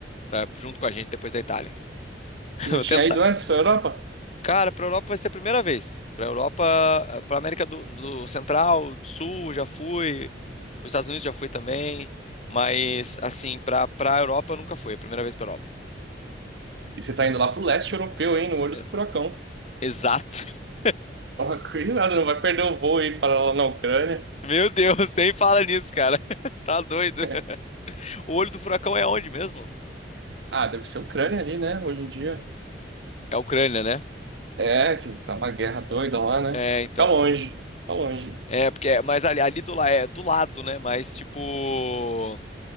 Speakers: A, on the left; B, on the right.
A: pra- junto com a gente depois da Itália. <laughs>
B: Você
A: Eu
B: já
A: Vou
B: tinha
A: tentar.
B: ido antes para Europa?
A: Cara, pra Europa vai ser a primeira vez. Pra Europa, eh, pra América do, do Central, Sul, eu já fui. Pros Estados Unidos já fui também. Mas, assim, pra, pra Europa eu nunca fui. É a primeira vez pra Europa.
B: E você tá indo lá pro leste europeu, hein? No olho
A: E-
B: do furacão.
A: Exato. <laughs>
B: Toma <laughs> Cuidado, não vai perder o voo e ir para lá na Ucrânia.
A: Meu Deus, nem fala nisso, cara. <laughs> Tá doido.
B: <laughs>
A: O olho do furacão é onde mesmo?
B: Ah, deve ser Ucrânia ali, né? Hoje em dia.
A: É a Ucrânia, né?
B: É, que tá uma guerra doida lá, né?
A: É, então.
B: Tá longe, tá longe.
A: É, porque é- mas ali, ali do, la- é do lado, né? Mas tipo.